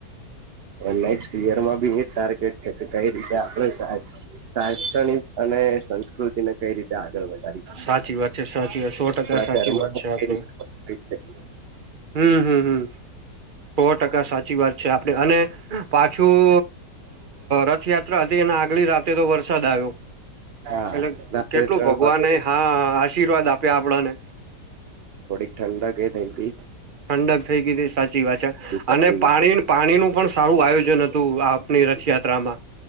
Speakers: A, on the right; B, on the right.
A: નેક્સ્ટ યર માં બી એ ટાર્ગેટ છે કઈ રીતે આપણે સારી શૈક્ષણિક અને સંસ્કૃતિ ને કઈ રીતે આગળ વધે
B: સાચી વાત છે સાચી વાત સો ટકા સાચી
A: ધર્મને
B: વાત છે આપડે
A: કઈ <unintelligible>
B: હમ્મ હમ્મ હમ્મ સો ટકા સાચી વાત છે આપણે અને પાછું રથયાત્રા હતી અને આગલી રાતે તો વરસાદ આવ્યો.
A: હા
B: એટલે
A: રાત્રે
B: કેટલું
A: ત્રણ
B: ભગવાન
A: વાગે
B: હા આશીર્વાદ આપ્યા આપણાને
A: થોડીક ઠંડક કે થઇ તી
B: ઠંડક થઈ ગઈ હતી સાચી વાત છે
A: પતી
B: અને પાણી પાણી નું પણ સારું આયોજન હતું તું આપની રથયાત્રામાં